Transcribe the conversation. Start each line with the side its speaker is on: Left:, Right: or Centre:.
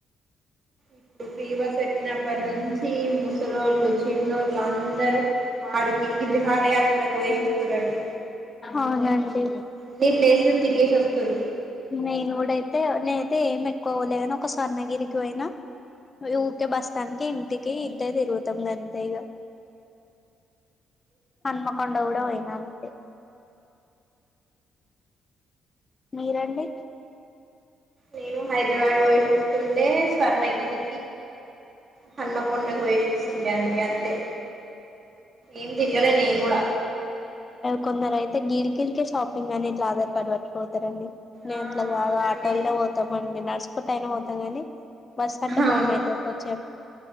Right: ఇప్పుడు ఫ్రీ బస్ పెట్టినప్పటి నుంచి ముసలొళ్ళు చిన్నోళ్ళు అం అందరు అడికి ఇడికి వీహారయాత్రలకు పోయేసి వస్తున్రు అండి
Left: అవునండి
Right: అన్ని ప్లేస్లు తిరిగేసి వస్తున్రూ
Left: నేను కూడా అయితే నేనైతే ఏం ఎక్కువ పోలేగాని ఒక్క స్వర్ణగిరికి పోయినా ఊరికే బస్ స్టాండ్ కి ఇంటికి ఇట్టే తిరుగుతాం అంతే ఇక హన్మకొండ కూడా పోయినా అంతే మీరండి
Right: నేను హైదరాబాద్ పొయ్యెసి వస్తున్ ఏఏ స్వర్ణ గిరి పల్లె పల్లే కు పొయేసి వస్తుండు రండీ అంతే ఏమ్ తిరగాల నిన్ కూడ
Left: కొందరు అయితే గీడికిడీకే ష్టాపింగ్ అని ఇట్లా ఆధార్ కార్డ్ పట్టుకుపోతారండి మేము
Right: ఆ
Left: అట్లా కాదు
Right: అవునండి
Left: ఆటోలే పోతామండి నడుస్ పైన పోతాం అండి బస్సు అంటే
Right: అవును
Left: భయం అయితాది కోచ్చాన్